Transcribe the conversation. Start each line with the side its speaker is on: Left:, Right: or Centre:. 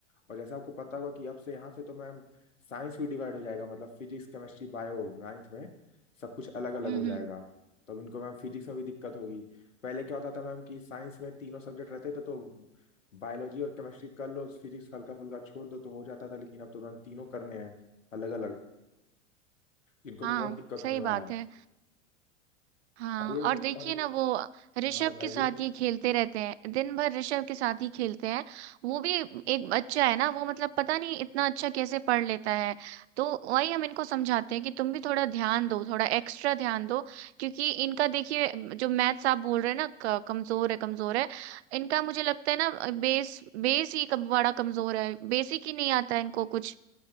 Left: और जैसे आपको पता होगा कि अब से यहाँ से तो मैम साइंस भी डिवाइड हो जाएगा मतलब फिजिक्स केमिस्ट्री बायो नाइन्थ में सब कुछ अलग अलग
Right: हम्म,
Left: हो जाएगा तब इनको मैम फिजिक्स में भी दिक्कत होगी पहले क्या होता था मैम कि साइंस में तीनों सब्जेक्ट रहते थे तो बायोलॉजी और केमिस्ट्री कर लो फिजिक्स हल्का फुल्का छोड़ दो तो हो जाता था लेकिन अब तो मैम तीनों करने हैं अलग अलग इनको
Right: हाँ
Left: तो बहुत दिक्कत
Right: सही
Left: होने वाला
Right: बात
Left: है
Right: है हाँ
Left: और ये
Right: और देखिए
Left: और ये
Right: ना वो ऋषभ
Left: हाँ बताइए
Right: के साथ ये खेलते रहते हैं दिन भर ऋषभ के साथ ही खेलते हैं वो भी एक बच्चा है ना वो मतलब पता नहीं इतना अच्छा कैसे पढ़ लेता है तो वही हम इनको समझाते हैं कि तुम भी थोड़ा ध्यान दो थोड़ा एक्स्ट्रा ध्यान दो क्योंकि इनका देखिए जो मैथ्स आप बोल रहे हैं ना क- कमजोर है कमजोर है इनका मुझे लगता है ना बेस बेस ही कम, बड़ा कमजोर है बेसिक ही नहीं आता है इनको कुछ